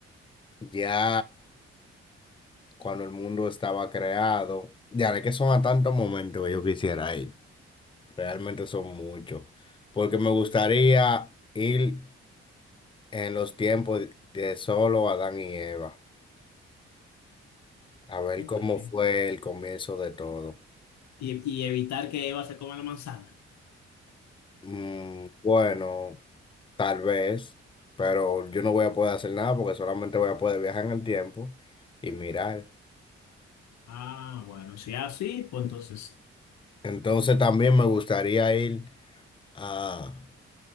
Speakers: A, on the left (about 15°); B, on the left (about 65°).
A: ya cuando el mundo estaba creado. Ya de que son a tantos momentos que yo quisiera ir. Realmente son muchos. Porque me gustaría ir en los tiempos de solo Adán y Eva. A ver
B: Ok.
A: cómo
B: Y,
A: fue el comienzo de todo.
B: y evitar que Eva se coma la manzana.
A: Mm, bueno. Tal vez, pero yo no voy a poder hacer nada porque solamente voy a poder viajar en el tiempo y mirar.
B: Ah, bueno, si es así, pues entonces sí.
A: Entonces también me gustaría ir a,